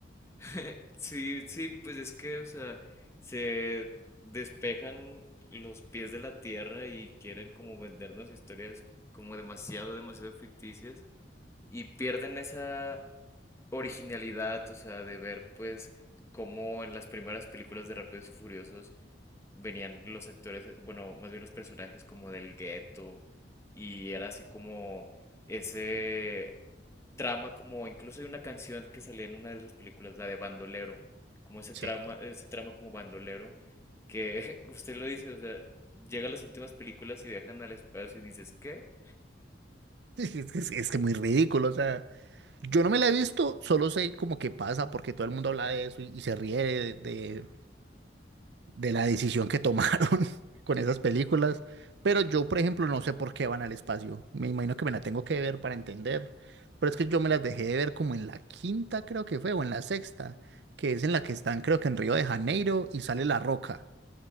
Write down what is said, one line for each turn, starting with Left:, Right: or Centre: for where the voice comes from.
Left: <laughs> Sí, sí, pues es que, o sea, se despejan los pies de la tierra y quieren como vendernos historias como demasiado, demasiado ficticias y pierden esa originalidad, o sea, de ver pues cómo en las primeras películas de Rápidos y Furiosos venían los actores, eh, bueno, más bien los personajes como del gueto y era así como ese trama como incluso hay una canción que salía en una de las películas, la de Bandolero, como ese
Right: Sí.
Left: trama, ese
Right: <laughs>
Left: trama como bandolero que <laughs> usted lo dice, o sea, llega a las últimas películas y viajan al espacio y dices, ¿qué?
Right: Es que, es es que muy ridículo, o sea. Yo no me la he visto, solo sé como que pasa, porque todo el mundo habla de eso y, y se ríe de, de- de la decisión que tomaron <laughs> con esas películas. Pero yo, por ejemplo, no sé por qué van al espacio. Me imagino que me la tengo que ver para entender. Pero es que yo me las dejé de ver como en la quinta, creo que fue, o en la sexta, que es en la que están, creo que en Río de Janeiro y sale La Roca.